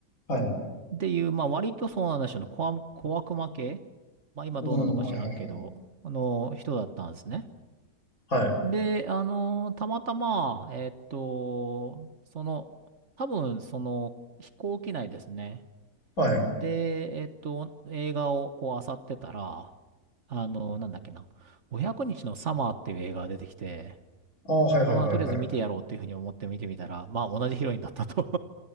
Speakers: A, on the left; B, on the right.
A: はい。
B: っていう、まあ、割とそうなんでしょうね、小悪、小悪魔系まあ、今どうなのか知らんけど、
A: うん、はいはい
B: あの、人だったんですね。
A: はい。はい。
B: で、あのたまたま、えっと、その、多分、その、飛行機内ですね。
A: はい。
B: で、えっと、映画をこう、漁ってたら、あのなんだっけな、500日のサマーっていう映画が出てきて、
A: ああ、はいはいはいはい。
B: あ、まあ、とりあえず見てやろうっていうふうに思って見てみたら、まあ、同じヒロインだったと。